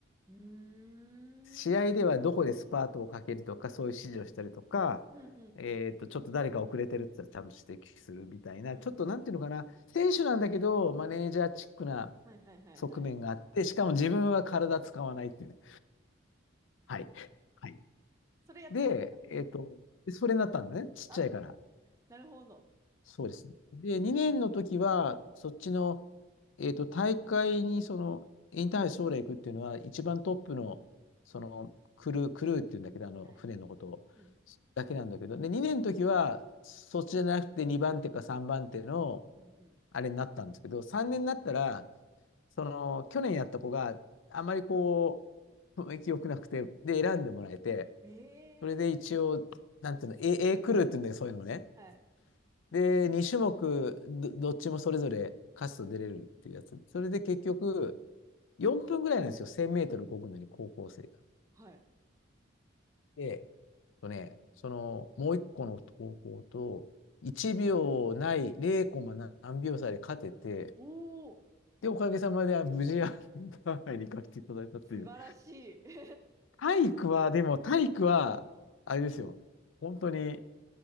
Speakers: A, on the right; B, on the left.
A: う。うーん。
B: 試合ではどこでスパートをかけるとか、そういう指示をしたりとか、
A: うんうんうん。
B: えっと、ちょっと誰か遅れてるって言ったらちゃんと指摘するみたいな、
A: うんうん。
B: ちょっとなんていうのかな、選手なんだけど、マネージャーチックな
A: はいはいはいはい。
B: 側面があって、しかも自分は体使わないっていうね。はい。はい。
A: それやってたんですか
B: で、えっと、でそれになったんだね、ちっちゃいから。
A: あ、なるほど。
B: そうですね。で、
A: えー、
B: 2年の時は、そっちの、えっと、大会に、その、インターハイ将来行くっていうのは、一番トップの、その、クルー、クルーっていうんだけど、あの、
A: はい。
B: 船のことを、
A: うん。
B: だけなんだけど、で、2年の時は、そっちじゃなくて2番手か3番手の、
A: うんう
B: あれになったんですけど、3年になったら、その、去年やった子があまりこう、雰囲気良くなくて、で、選んでもらえて、
A: ん。えー、
B: それで一応、なんていうの、A、A クルーっていうんだけど、そういうのね。
A: はい。
B: で、2種目ど、どっちもそれぞれ勝つと出れるっていうやつ。それで結局、4分ぐらいなんですよ。1000メートル漕ぐのに高校生が。
A: はい。
B: で、えっとね、その、もう一個の高校と、1秒ない、0コマ何秒差で勝てて、
A: おー、
B: で、おかげさまで無事、あのパーハイに行かせていただいたっていう。
A: 素晴らしい。<laughs>
B: 体育は、でも体育は、あれですよ。本当に、